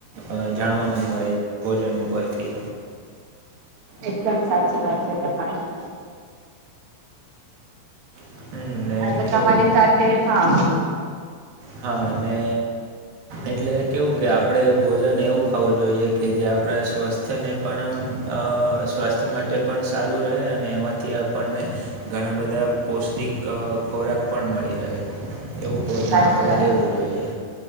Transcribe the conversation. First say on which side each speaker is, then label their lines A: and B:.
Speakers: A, on the right; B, on the right.
A: અ જાણવાનું મળે ભોજન ઉપરથી
B: એકદમ સાચી વાત છે તમારી
A: હમ, ને
B: આજે
A: કેવું
B: તમારી સાથે હા
A: હા ને એટલે કેવું કે આપણેે ભોજન એવું ખાવું જોઈએ કે જે આપડા સ્વસ્થ થને પણ અ સ્વાસ્થ્ય માટે પણ સારું રહે અને એમાંથી આપણને ઘણા બધા પૌષ્ટિક અ ખોરાક પણ મળી રહે એવું ભોજન
B: સાચી
A: આપણેે
B: વાત
A: લેવું
B: છે.
A: જોઈએ